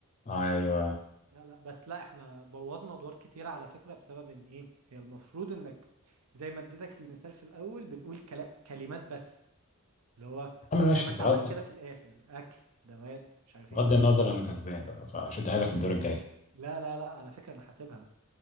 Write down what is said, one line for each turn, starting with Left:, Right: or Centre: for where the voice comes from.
Left: <laughs> ايوه يا
Right: لا لا بس لا احنا بوظنا ادوار كتير على فكرة بسبب ان ايه هي المفروض انك زي ما اديتك المثال في الاول بنقول كلا كلمات بس اللي هو
Left: عم ماشي
Right: زي ما انت
Left: بغض
Right: عملت كده في الاخر اكل ادوات مش عارف
Left: بغض
Right: ايه
Left: النظر انا كسبان بقى فشد حيلك الدور الجاي
Right: لا لا لا على فكرة انا حاسبها